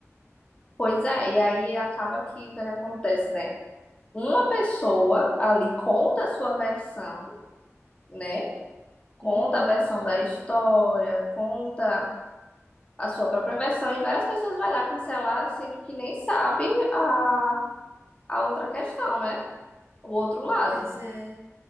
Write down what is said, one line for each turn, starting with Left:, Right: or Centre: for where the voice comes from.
Left: pois é, e aí acaba que o que é que acontece, né? Uma pessoa ali conta a sua versão, né? Conta
Right: Uhum,
Left: a versão da história, conta a sua própria versão e várias pessoas vai lá cancelar, sendo que nem sabe a, a outra questão, né? O outro lado.
Right: pois é,